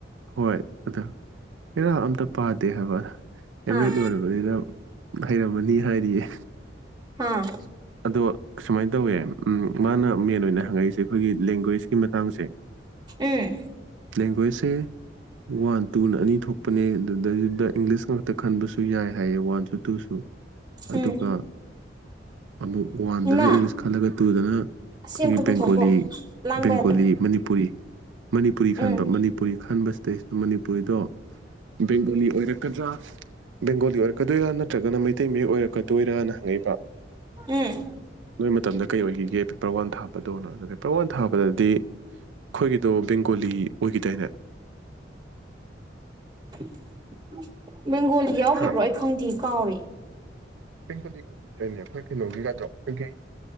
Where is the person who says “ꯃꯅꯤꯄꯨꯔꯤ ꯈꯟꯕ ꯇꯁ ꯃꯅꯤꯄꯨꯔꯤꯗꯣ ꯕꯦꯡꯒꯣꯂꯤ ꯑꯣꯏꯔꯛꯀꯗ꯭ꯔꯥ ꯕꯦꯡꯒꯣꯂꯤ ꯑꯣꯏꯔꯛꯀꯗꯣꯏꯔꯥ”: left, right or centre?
Right